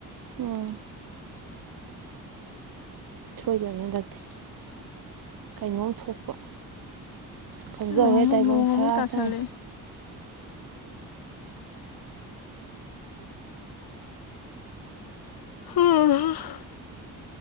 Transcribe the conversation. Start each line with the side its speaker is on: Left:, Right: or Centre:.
Right: ꯑꯣ ꯊꯣꯏꯗꯕ ꯍꯟꯗꯛꯇꯤ ꯀꯩꯅꯣꯝ ꯊꯣꯛꯄ ꯈꯪꯖꯧꯍꯦ
Left: ꯃꯣꯍꯝ
Right: ꯇꯥꯏꯕꯪ
Left: ꯃꯣꯍꯝꯃꯗ
Right: ꯁꯔꯥ ꯁꯪ
Left: ꯇꯁꯦ <unintelligible>